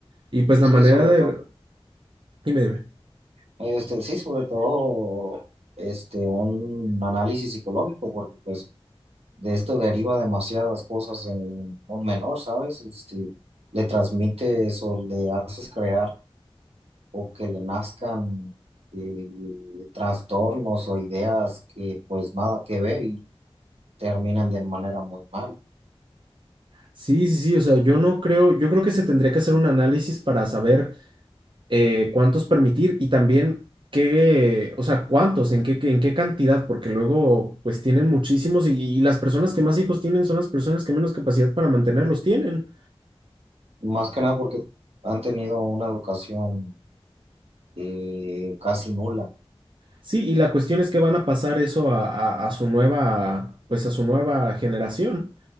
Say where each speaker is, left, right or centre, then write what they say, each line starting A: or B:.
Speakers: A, on the right; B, on the right.
A: y pues
B: Sí,
A: la manera
B: sobre
A: de...
B: todo,
A: Dime, dime.
B: este, sí, sobre todo, este, un análisis psicológico, porque pues de esto deriva demasiadas cosas en un menor, ¿sabes? Este, le transmites o le haces crear o que le nazcan eh, trastornos o ideas que pues nada que ver y terminan de manera muy mal.
A: Sí, sí, sí, o sea, yo no creo, yo creo que se tendría que hacer un análisis para saber eh, cuántos permitir y también qué, o sea, cuántos, en qué, qué- en qué cantidad, porque luego pues tienen muchísimos y, y las personas que más hijos tienen son las personas que menos capacidad para mantenerlos tienen.
B: Más que nada porque han tenido una educación eh, casi nula.
A: Sí, y la cuestión es que van a pasar eso a, a a su nueva, pues a su nueva generación.